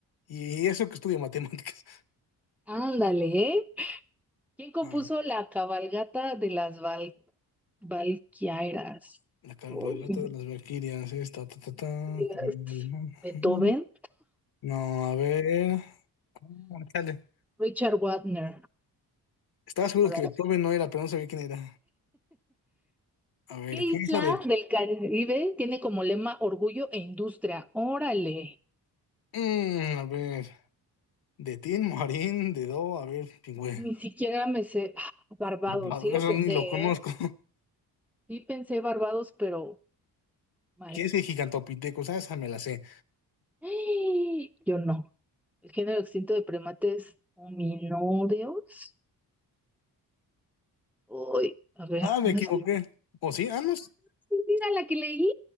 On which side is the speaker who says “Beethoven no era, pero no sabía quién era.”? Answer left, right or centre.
Left